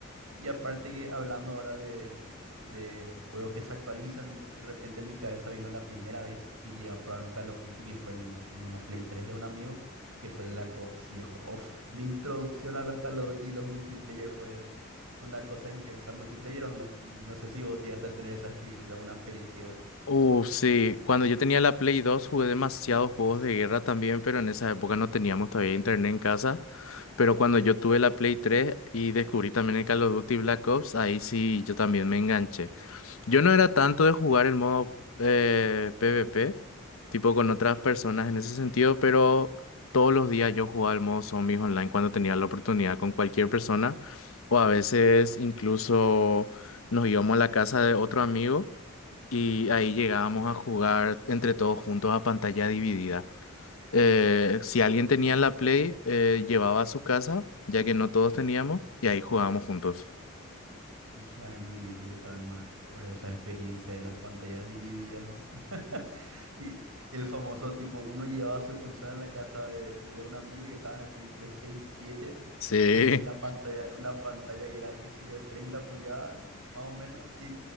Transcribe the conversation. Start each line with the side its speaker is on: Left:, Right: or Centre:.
Right: Y aparte que hablando ahora de, de juegos que se actualizan, de repente en mi cabeza vino la primera vez que llegué a probar un Call of Duty que fue en, en una Play 3 de un amigo, que fue el Black Ops viejo. Uf, mi introducción a los Call of Duty y los multiplayer fue una cosa increíble. O sea, multiplayer online. No sé si vos llegaste a tener esa experiencia, una experiencia igual.
Left: Uf, sí, cuando yo tenía la Play 2 jugué demasiados juegos de guerra también, pero en esa época no teníamos todavía internet en casa. Pero cuando yo tuve la Play 3 y descubrí también el Call of Duty Black Ops, ahí sí yo también me enganché. Yo no era tanto de jugar el modo eh, PvP, tipo con otras personas en ese sentido, pero todos los días yo jugaba el modo Zombies Online cuando tenía la oportunidad con cualquier persona, o a veces incluso nos íbamos a la casa de otro amigo y ahí llegábamos a jugar entre todos juntos a pantalla dividida. Eh, si alguien tenía la Play, eh, llevaba a su casa, ya que no todos teníamos, y ahí jugábamos juntos.
Right: Hija de mil viejos, yo también me acuerdo de esa experiencia de las pantallas divididas, ¿no? <laughs> Y el famoso tipo, uno llevaba su consola a la casa de, de un amigo y estaban así entre 6 y 7
Left: Sí,
Right: con una pantalla, una pantalla que era, qué sé yo, de 30 pulgadas, más o menos, y